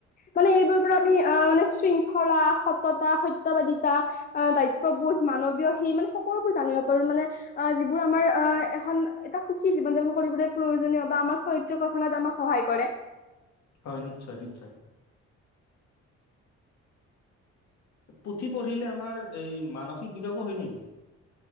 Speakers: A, on the left (about 30°); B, on the left (about 65°).
A: মানে এইবোৰ পৰা আ আমি মানে শৃংখলা, সততা, সত্যবাদিতা আহ দায়িত্ববোধ মানৱীয় সেই মানে সকলোবোৰ জানিব পাৰো মানে। অ, যিবোৰ আমাৰ আ, এখন এটা সুখী জীৱন যাপন কৰিবলৈ প্ৰয়োজনীয় বা আমাৰ চৰিত্ৰ গথনত আমাক সহায় কৰে।
B: হয় নিশ্চয়, নিশ্চয়। পুথি পঢ়িলে আমাৰ এই মানসিক বিকাশো হয় নেকি?